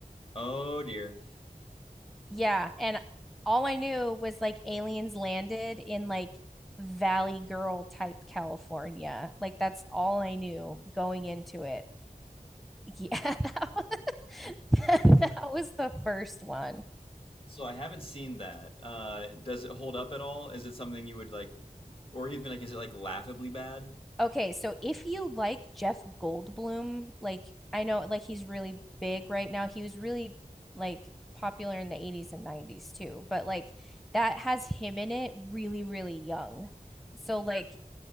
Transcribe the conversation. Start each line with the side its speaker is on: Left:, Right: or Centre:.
Left: Oh dear.
Centre: Yeah. And all I knew was like aliens landed in like Valley Girl type California. Like that's all I knew going into it. Yeah, <laughs> that was, <laughs> that was the first one.
Left: So I haven't seen that. Uh, does it hold up at all? Is it something you would like, or even like, is it like laughably bad?
Centre: Okay, so if you like Jeff Goldblum, like I know like he's really big right now. He was really like popular in the 80s and 90s too, but like that has him in it really, really young. So like